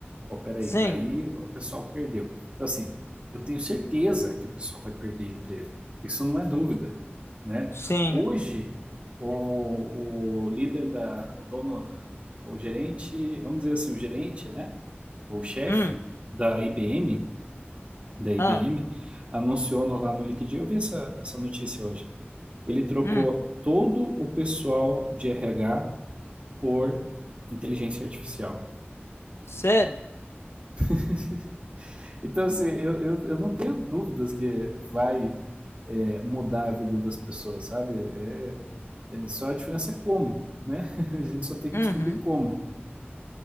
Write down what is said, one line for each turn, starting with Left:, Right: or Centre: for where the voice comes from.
Right: Pô, peraí,
Left: Sim,
Right: daí o pessoal perdeu. Então, assim, eu tenho certeza que o pessoal vai perder emprego. Isso não é dúvida, né?
Left: sim.
Right: Hoje, o, o líder da, o dono, o gerente, vamos dizer assim, o gerente, né? O chefe
Left: Hum,
Right: da IBM, da IBM,
Left: ah,
Right: anunciou no- lá no LinkedIn, eu vi essa, essa notícia hoje. Ele trocou
Left: hum,
Right: todo o pessoal de RH por inteligência artificial.
Left: sério?
Right: <laughs> Então, assim, eu, eu, eu não tenho dúvidas que vai é, mudar a vida das pessoas, sabe? É, é só a diferença é como, né? <laughs> A gente só tem que
Left: Uhum.
Right: descobrir como.